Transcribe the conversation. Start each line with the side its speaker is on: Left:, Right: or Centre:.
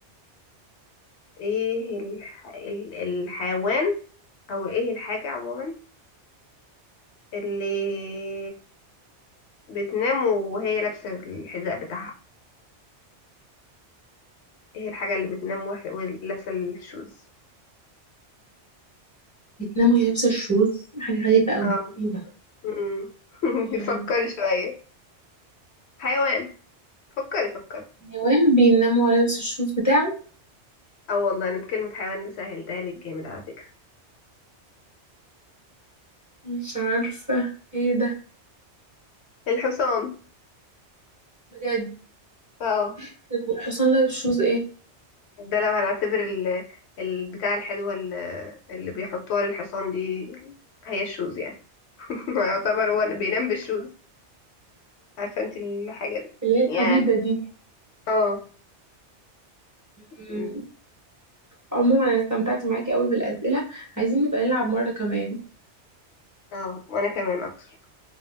Left: ايه الح... ال- الحيوان او ايه الحاجة عموما اللي بتنام وهي لابسة الحذاء بتاعها ايه الحاجة اللي بتنام وح- ولابسة الشوز
Right: بتنام وهي لابسة الشوز حاجة غريبة أوي
Left: اه
Right: ايه ده
Left: مم. <laughs>
Right: آم،
Left: فكري شوية حيوان فكري فكري
Right: النوام بينام وهو لابس الشوز بتاعه
Left: اه والله انا بكلمة حيوان دي سهلتها لك جامد على فكرة
Right: مش عارفة ايه ده
Left: الحصان
Right: بجد
Left: اه
Right: طب والحصان لابس شوز ايه؟
Left: ده لو هنعتبر ال... البتاع الحلوة ال- اللي بيحطوها للحصان دي هي الشوز يعني <laughs> يعتبر
Right: آه،
Left: هو بينام بالشوز عارفة انت الحاجة دي
Right: اللي هي الحديدة
Left: يعني
Right: دي
Left: اه
Right: مم،
Left: مم.
Right: عموما انا استمتعت معاكي قوي بالأسئلة عايزين نبقى نلعب مرة كمان
Left: اه وانا كمان اكتر